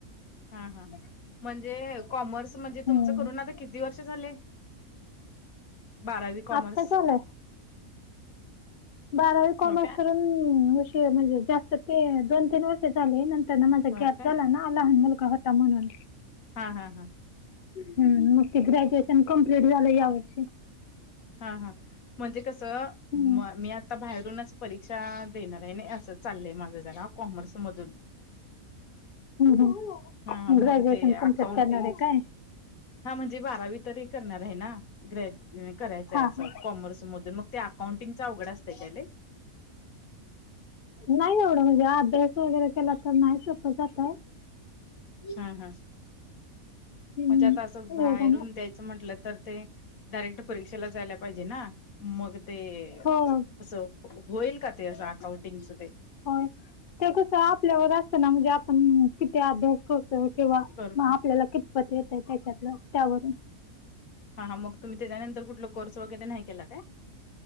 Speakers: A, on the left; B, on the left.
A: हा हा म्हणजे कॉमर्स म्हणजे
B: हम्म.
A: तुमच करून आता किती वर्ष झाले बारावी कॉमर्स
B: आत्ता झालंय बारावी कॉमर्स
A: हो का
B: करून म्हणजे जास्त ते दोन तीन वाज झाले नंतर ना माझा
A: हो
B: ग्याप
A: का
B: झाला ना लहान मुलगा होता म्हणून
A: हा हा हा
B: हम् मग ते ग्रॅज्युएशन कमप्लीट झालं यावर्षी
A: हा हा म्हणजे कस
B: हम्म
A: म मी आता बाहेरूनच परीक्षा देणार आहे नाही असं चाललंय माझं जरा कॉमर्स मधून
B: हम् ह
A: हा
B: ग्रॅज्युएशन
A: मग ते अकाउंटिंग
B: कम्प्लीट करणार आहे काय
A: हा म्हणजे बारावी तरी करणार आहे ना ग्रॅज करायचंय
B: हा
A: असं
B: हा.
A: कॉमर्स मधून मग ते अकाउंटिंगचा उघड असते त्याला
B: नाही एवढं म्हणजे अभ्यास वगैरे केला तर नाही सोपं जातय
A: हा हा
B: हम्म
A: म्हणजे आता असं बाहेरून
B: एवढं ना
A: द्यायचं म्हंटलं तर ते डायरेक्ट परीक्षेला जायला पाहिजे ना मग ते
B: हो
A: असं होईल का ते अस अकाउंटिंग सुधे
B: होय ते कस आपल्यावर असत ना म्हणजे आपण किती अभ्यास करतोय किंवा
A: करत
B: मग आपल्याला कितपत येत आहे त्याच्यातलं त्यावरून
A: हा हा मग तुम्ही त्याच्यानंतर कुठला कोर्स वगैरे नाही केला काय